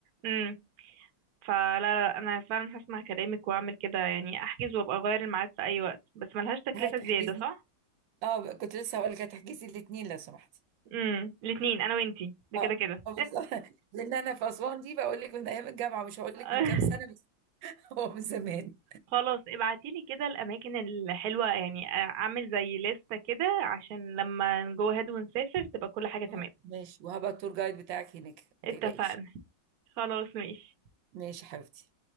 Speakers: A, on the right; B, on the right.
A: امم فلا لا انا فعلا هسمع كلامك واعمل كده يعني احجز وابقى اغير الميعاد في اي وقت بس ملهاش تكلفه
B: هتحجزي
A: زياده صح
B: اه كنت لسه هقول لك هتحجزي الاثنين لو سمحتي
A: امم الاثنين انا وانتي ده
B: اه
A: كده كده
B: آه، بالظبط <laughs> لان انا في اسوان دي بقول لك من ايام الجامعه مش هقول
A: <laughs>
B: لك من كام سنه بس <laughs> هو من زمان
A: خلاص ابعتيلي كده الاماكن الحلوه يعني اعمل زي لستة كده عشان لما نجو هاد ونسافر تبقى كل حاجه تمام
B: اه ماشي وهبقى التور جايد بتاعك هناك
A: اتفقنا
B: ما تقلقيش
A: خلاص ماشي
B: ماشي يا حبيبتي